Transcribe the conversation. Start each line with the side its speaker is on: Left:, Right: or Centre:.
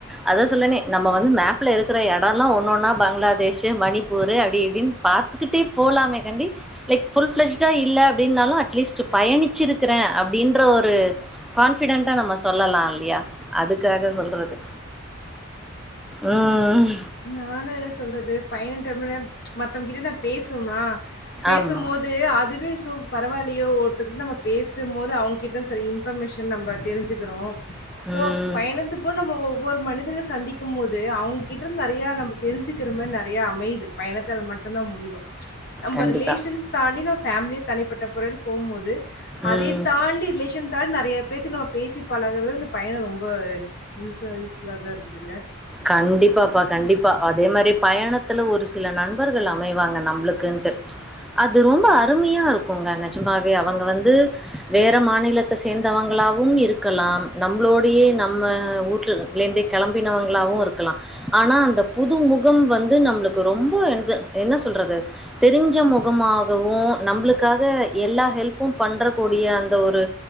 Centre: அத சொல்லறனே நம்ம வந்து மேப்ல இருக்கிற எடொல்லா ஒன்னொன்னா பங்ளாதேஷு மணிப்பூரு அப்டி இப்டின் பாத்துக்கிட்டே போலாமே கண்டி லைக் ஃபுல் ஃபிளஜ்டா இல்ல அப்டின்னாலு அட்லீஸ்டு பயணிச்சிருக்கிறே அப்டின்ற ஒரு ஃபிடன்டா நம்ம சொல்லலால்லியா அதுக்காக
Left: ஆ
Centre: சொல்றது ம்
Left: நானு என்ன சொல்றது பயண டைம்ல மத்தவ்ங் கிட்ட நா பேசுவோம்னா பேசு
Centre: ஆமா
Left: போத் து அதுவே சு பரவால்லியோ ஒருத்தங்கிட் நம்ம பேசுமோது அவுங்கிட்ட சரி இன் ஃபர்மேஷன் நம்ப தெரிஞ்சுக்குறோ சோ
Centre: ம்
Left: பயணத்தப்போ நம்மோ ஒவ்வொரு மனிதர்க சந்திக்குமோது அவுங்கிட்ட நெறய நம்ப தெரிஞ்சுக்குற மர் நெறயா அமைய்து பயணத்தால மட்டுந்தா முடியு நம்ப
Centre: கண்டிப்பா
Left: ரிலேஷன்ஸ் தாண்டி நா ஃபேம்லிய தனிப்பட்ட புறன் போமோது அதயு
Centre: ம்
Left: தாண்டி ரிலேஷன் தாண் நெறய பேத்து நம்ம பேசி பழகர்து இந்த பயண ரொம்ப யூஸா யூஸ்ஃபுல்லா தா இருக்குதுல்ல
Centre: கண்டிப்பாப்பா கண்டிப்பா அதே மாரி பயணத்துல ஒரு சில நண்பர்கள் அமைவாங்க நம்புளுக்குன் அது ரொம்ப அருமியா இருக்குங்க நெஜுமாவே அவுங்க வந்து வேற மாநிலத்த சேந்தவங்களாவு இருக்கலா நம்ப்ளோடியே நம்ம ஊர்ல லேந்தே கெளம்பினவங்களாவு இருக்கிலா ஆனா அந்த புது முகம் வந்து நம்புளுக்கு ரொம்ப என் து என்ன சொல்றது தெரிஞ்ச முகமாகவு நம்புளுக்காக எல்லா ஹெல்ப்பு பண்றக்கூடிய அந்த ஒரு